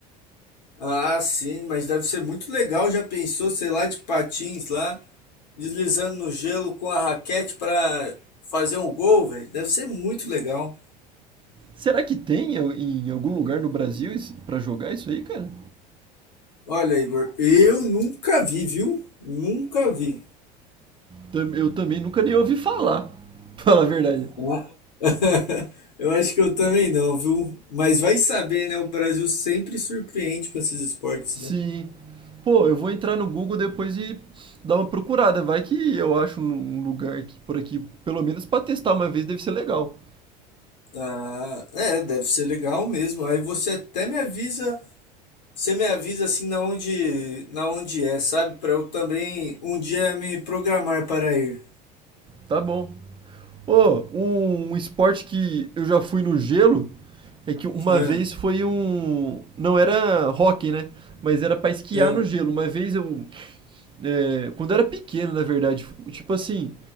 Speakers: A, on the left; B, on the right.
A: Ah, sim, mas deve ser muito legal. Já pensou, sei lá, de patins lá, deslizando no gelo com a raquete pra fazer um gol, velho? Deve ser muito legal.
B: Será que tem em em algum lugar no Brasil esse- pra jogar isso aí, cara?
A: Olha, Igor, eu nunca vi, viu? Nunca vi.
B: Tam- Eu também nunca nem ouvi falar, <laughs> fala a verdade.
A: Ua- <laughs> Eu acho que eu também não, viu? Mas vai saber, né? O Brasil sempre surpreende com esses esportes,
B: Sim.
A: né?
B: Pô, eu vou entrar no Google depois e dar uma procurada. Vai que eu acho um lugar aqui por aqui, pelo menos pra testar uma vez, deve ser legal.
A: Ah, é, deve ser legal mesmo. Aí você até me avisa, você me avisa assim na onde, na onde é, sabe? Para eu também um dia me programar para ir.
B: Tá bom. Ô, um, um esporte que eu já fui no gelo é que uma
A: Ah,
B: vez foi um. Não era hockey, né? Mas era pra esquiar
A: ah,
B: no gelo. Uma vez eu. é, quando eu era pequeno, na verdade. Tipo assim,